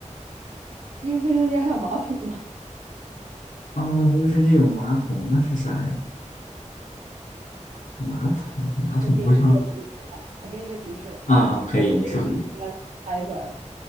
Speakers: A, on the right; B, on the left.
A: 因为卫生间还有马桶嘛。
B: 啊、卫生间有马桶，那是啥呀？马桶，马桶不会放
A: 我给你一个提示啊，我给你一个提示，
B: 啊啊，可以，
A: 我觉得这提示你应该猜出来了，
B: 你说